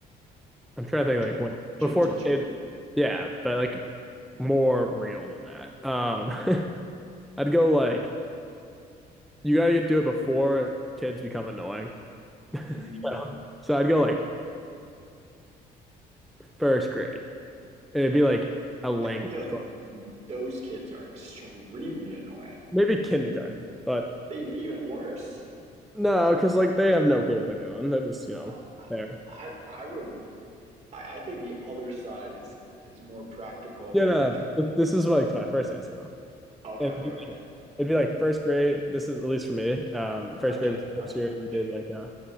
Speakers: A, in the centre; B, on the right.
A: I'm trying to think
B: gym
A: like when
B: gym
A: before
B: teacher?
A: kid. Yeah, but like more real than that. Um, <laughs> I'd go like you gotta do it before kids become annoying.
B: Mm-hmm.
A: So so I'd go like first grade. And it'd be like a language
B: I feel like
A: class,
B: those kids are extremely annoying.
A: maybe kindergarten, but
B: Even worse,
A: no, because like they have no clue what they're doing. They're just you know
B: I
A: they
B: I, I would I, I think the other side is is more practical.
A: Yeah, no,
B: Like
A: th- this is like my first essay though.
B: okay,
A: And
B: okay, okay,
A: it'd be like first grade. This is at least for me. Um, first
B: gotcha,
A: grade was the
B: gotcha,
A: first year
B: gotcha.
A: you did like a